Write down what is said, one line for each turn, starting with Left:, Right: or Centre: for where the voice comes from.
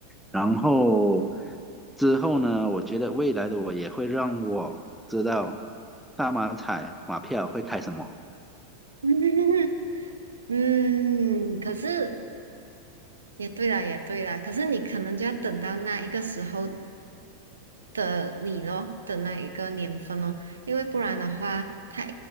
Centre: 然后之后呢，我觉得未来的我也会让我知道大马彩马票会开什么。
Right: <laughs> 嗯，可是也对啦，也对啦，可是你可能就要等到那一个时候，的你咯的那一个年份哦，因为不然的话，他